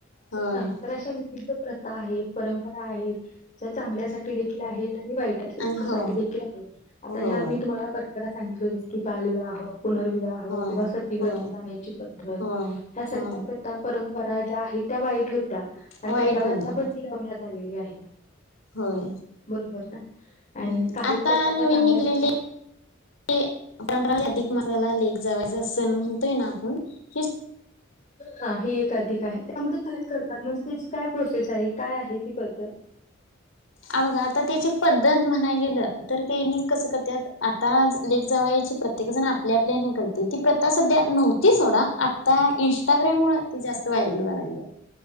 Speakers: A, on the left; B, on the left.
A: होय
B: हा तर अशा विविध प्रथा आहेत. परंपरा आहेत. ज्या चांगल्यासाठी देखील आहेत. वाईट
A: आणि
B: साठी
A: हो
B: दे आहे. आता
A: होय
B: ह्या मी तुम्हाला परंपरा सांगितल जस की बालविवाह, पुनर्विवाह
A: होय
B: किंवा सतीव्रत
A: होय
B: जाण्याची पद्धत,
A: होय
B: ह्या सगळ्या
A: होय
B: प्रथ परं- परंपरा ज्या आहेत. त्या वाईट होत्या, आणि
A: वाईट
B: त्याच्यावर
A: होत्या
B: आता बंदी लावण्यात आलेली आहे.
A: होय
B: बरोबर ना आणि-
A: हम्म
B: काही
A: आता
B: प्रथा
A: नवीन
B: ह्या चांगल्यासाठी
A: निघलेले परंपरा म्हणजे, अधिक मसाला लेक जावय- म्हणतय आप <unintelligible>
B: हा ही एक अधिक आहे. त्यामध्ये काय करतात. म्हणजे, त्याची काय प्रोसेस आहे. काय आहे ती पद्धत,
A: अ बघा आता त्याची पद्- पद्धत म्हणाय गेलं तर, त्यांनी कसं करत्यात आता लेक जावयाची प्रत्येक जण आपल्या आपल्या ह्यानी करत्यात- ती प्रथा सध्या नव्हती सोडा, आता इंस्टाग्राम मुळं ती जास्त व्हायरल व्हायला लागली.